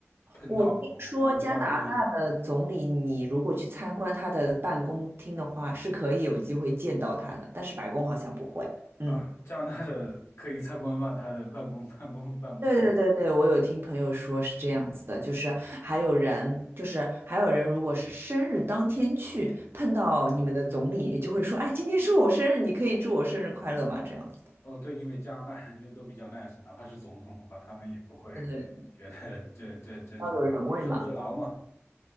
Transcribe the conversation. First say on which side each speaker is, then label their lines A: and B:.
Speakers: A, on the left; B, on the right.
A: 碰到，
B: 我听说加拿大的总理，
A: 我我遇到一些。
B: 你如果去参观他的办公厅的话，是可以有机会见到他的，但是白宫好像不会。嗯，
A: 啊，加拿大的可以参观吗？他的办公 <laughs> 办公办公地。
B: 对对对对，我有听朋友说是这样子的，就是还有人，就是还有人，如果是生日当天去碰到你们的总理，就会说，哎，今天是我生日，你可以祝我生日快乐吗？这样子的，
A: 哦，对，因为加拿大人就都比较 nice，哪怕是总统的话，他们也不会
B: 对对，
A: 觉得这这这种举手之劳嘛。
B: 要有人味嘛。